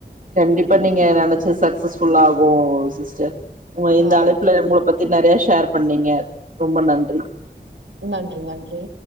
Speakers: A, on the right (about 45°); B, on the right (about 85°).
A: கண்டிப்பா நீங்க நெனச்சது சக்சஸ்ஃபுல்லா ஆகும் சிஸ்டர் உங்க இந்த
B: ஆ
A: அழைப்புல உங்கள பத்தி பத்தி நறைய ஷேர் பண்ணீங்க ரொம்ப நன்றி
B: நன்றி நன்றி